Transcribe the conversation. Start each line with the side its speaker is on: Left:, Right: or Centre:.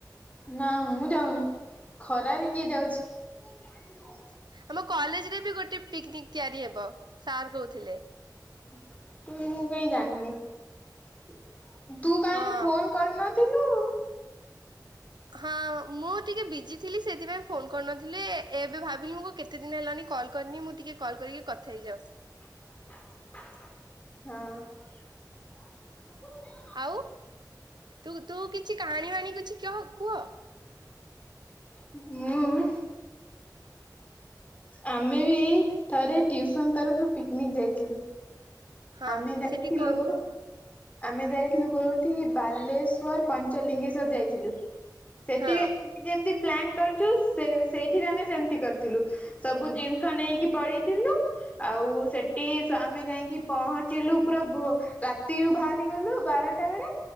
Left: ନା ମୁଁ ଯାଉନି। ଖରାରେ କିଏ ଯାଉଛି। <inaudible>
Right: ଆମ କଲେଜ୍ ରେ ବି ଗୋଟେ ପିକ୍ନିକ୍ ତିଆରି ହବ ସାର୍ କହୁଥିଲେ
Left: <inaudible> ମୁଁ କାଇଁ ଜାଣିନେଇଁ। <inaudible> ତୁ କାଇଁ
Right: ହଁ
Left: ଫୋନ୍ କରିନ ଥିଲୁ
Right: ହଁ ମୁଁ ଟିକେ ବିଜି ଥିଲି ସେଥିପାଇଁ ଫୋନ୍ କରିନଥିଲି। ଏବେ ଭାବିଲି ମୁଁ କେତ୍ କେତେଦିନ ହେଲାଣି କଲ୍ କରିନି ମୁଁ ଟିକେ କଲ୍ କରିକି କଥା ହେଇଯାଅ।
Left: <unintelligible> ହଁ <unintelligible>
Right: ଆଉ? ତୁ କିଛି କାହାଣୀ ବାହାଣି କିଛି କହ କୁହ।
Left: <unintelligible> ମୁଁ? ଆମେ ବି ଥରେ ଟ୍ୟୁସନ୍ ତରଫରୁ ପିକ୍ ନିକ୍ ଯାଇଥିଲୁ।
Right: ହଁ
Left: ଆମେ ଯାଇଥିଲୁ
Right: ସେଠି କଣ କରିଥିଲେ?
Left: ଆମେ ଯାଇଥିଲୁ କୋଉଠି? ବାଲେଶ୍ଵର ପାଞ୍ଚଲିଙ୍ଗେଶ୍ଵର ଯାଇଥିଲୁ ସେଠି
Right: ହଁ
Left: ବି ଆମେ ଯେମତି ପ୍ଲାନ୍ କରିଛୁ। ସେ ସେଇଠିରେ ଆମେ ସେମତି କରିଥିଲୁ। ସବୁ ଜିନିଷ ନେଇକି ପଳେଇଥିଲୁ। ଆଉ ସେଠି ସା ଆମେ ଯାଇକି ପହଞ୍ଚିଲୁ। ପୁରା ଭୋ ରା ତିରୁ ଭାହାରି ଗଲୁ ବାରଟା ବେଳେ।